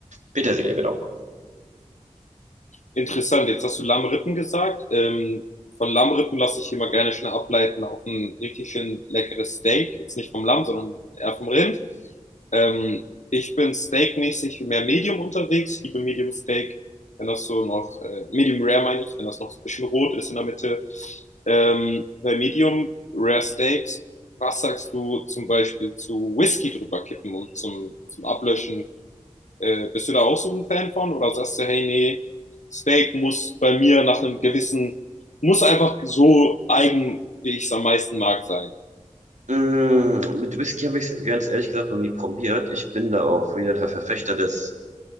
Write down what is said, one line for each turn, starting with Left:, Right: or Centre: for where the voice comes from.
Right: Petersilie, genau.
Left: Interessant, jetzt hast du Lammrippen gesagt. Ähm, von Lammrippen lasse ich immer gerne schnell ableiten auf ein richtig schön leckeres Steak. Jetzt nicht vom Lamm, sondern eher vom Rind. Ähm, ich bin steakmäßig mehr Medium unterwegs. Ich liebe Medium Steak, wenn das so noch, äh, Medium Rare meine ich, wenn das noch so ein bisschen rot ist in der Mitte. Ähm, bei Medium Rare Steaks, was sagst du zum Beispiel zu Whisky drüber kippen und zum, zum Ablöschen äh, bist du da auch so ein Fan von oder sagst du, hey, nee, Steak muss bei mir nach einem gewissen, muss einfach so eigen, wie ich es am meisten mag, sein?
Right: Äh, mit Whisky habe ich es ganz ehrlich gesagt noch nie probiert. Ich bin da auch wieder der Verfechter des